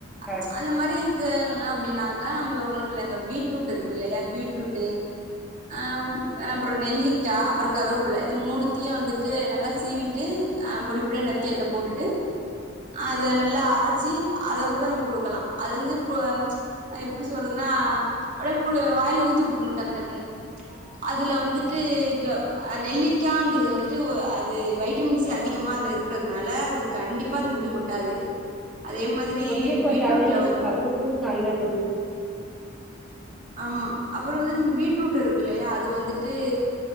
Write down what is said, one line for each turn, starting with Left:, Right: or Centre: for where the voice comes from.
Centre: ஆ
Right: ச்ச் அந்த மாரி இருக்கு அப் அப்டினாக்கா நம்ப ஒன்னு இல்ல இந்த பீட்ரூட் இருக்குல்லையா பீட்ரூட் <unintelligible> ஆம் அப்புறோ நெல்லிக்கா அப்புறோ கருவேப்புள இது மூணுத்தியு வந்துட்டு நல்லா சீவிட்டு அ பொடி பொடியா நறுக்கி அதுல போட்டுட்டு அத நல்லா அரச்சு அத கூட நம்ம குடுக்கலா அது <unintelligible> பு ச்ச் எப்டி சொல்றதுனா <unintelligible> பு வாயில ஊத்தி உட்ருணு டக்கு டக்குனு அதுல வந்துட்டு இதுல ஆ நெல்லிக்காங்றது வந்துட்டு ஒ அது வைட்டமின்சி அதிகமா அத்ல இருக்கிற்த்னால அது கண்டிப்பா அது முடி கொட்டாது அதே மாதிரி
Centre: முடியு கொட்டாது
Right: பீட்ரூட்ல வந்
Centre: பல்லுக்கு நல்லது
Right: ஆமா அப்புறோ வந்துட்டு இந்த பீட்ரூட் இருக்கு இல்லயா அது வந்துட்டு